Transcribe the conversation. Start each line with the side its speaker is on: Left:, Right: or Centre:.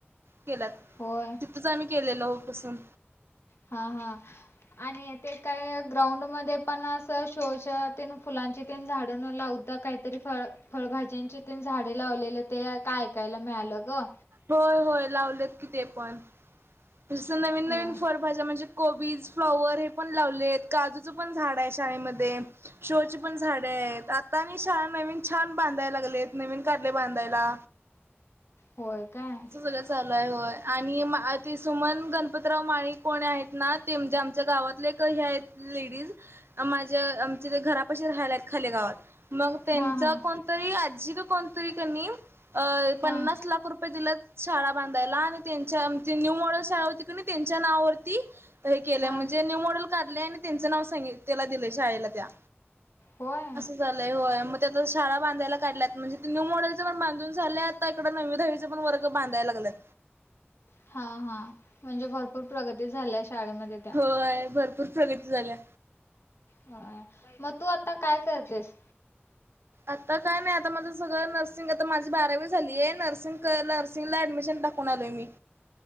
Right: केल्यात
Left: होय
Right: तिथंच आम्ही केलेलो हो बसून.
Left: हा, हा.. आणि ते काय ग्राउंड मध्ये पण असं शोच फुलांची तेन झाडं लाव का काहीतरी फळ फळभाज्यांची तेन झाडे लावलेले ते काय ऐकायला मिळालं ग.
Right: होय, होय, लावलेत कि ते पण. जसं नवीन
Left: होय
Right: -नवीन फळभाज्या कोबीज, फ्लॉवर हेपण लावलेत. काजूचं पण झाड आहे शाळेमध्ये. शो ची पण झाडे आहेत, आता आणि शाळा नवीन छान बांधाय लागलेत, नवीन काढलयं बांधायला.
Left: होय काय.
Right: अस सगळं चालू आहे होय आणि ते सुमन गणपतीराव माळी कोण आहेत? ना ते म्हणजे आमच्या गावातले एक हे आहेत लेडीज माझ्य आमच्या ते घरापाशी राहायला आहेत खाली गावात. मग त्यांचा
Left: हां हां
Right: कोणतरी आजी का कोणतरी कनी अ पन्नास
Left: हां
Right: लाख रुपये दिल्यात शाळा बांधायला आणि त्यांच्या म्हणजे न्यू मॉडेल शाळा होती कनई त्यांच्या नावावरती आता हे केल्या
Left: हां
Right: म्हणजे न्यू मॉडेल काढलेय आणि त्यांचं नाव सांगित तेला दिलंय शाळेला त्या.
Left: व्हयं.
Right: असं झालंय होय मग त्या शाळा बांधायला काढल्यात, म्हणजे ते न्यू मॉडेलचं पण बांधून झाल्यात आत्ता इकडं नववी- दहावीचे पण वर्ग बांधाय लागल्यात.
Left: हा, हा म्हणजे भरपूर प्रगती झाल्या शाळेमध्ये त्या.
Right: व्हयं भर भरपूर प्रगती झाल्या.
Left: होय मग तू आता काय करतेस?
Right: आता काय नाही, आता माझं सगळं नर्सिंग आता माझी बारावी झालीये, नर्सिंग नर्सिंगला ऍडमिशन टाक कून आलोय मी.